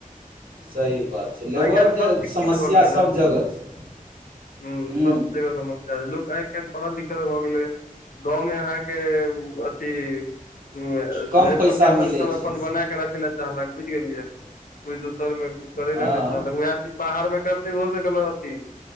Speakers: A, on the right (about 85°); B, on the left (about 80°).
A: सही बात छै लेबरके
B: आइ काल्हि सभ शिक्षित
A: समस्या
B: भऽ गेलै न
A: सभ जगह छै
B: हँ
A: ह
B: सब जगह समस्या <unintelligible> लोक आइ काल्हि पढ़ल लिखल भऽ गेलै गाँवमे अहाँके अथी रेपुटेशन
A: कम पैसा मिलै
B: सब अपन
A: छै
B: बना कऽ रखैय ले चाहलक बुझि गेलियै कोइ दोसरमे कुछ करै
A: हँ
B: ले नहि चाहलक उएह चीज बाहरमे करतै ओहोसँ अथी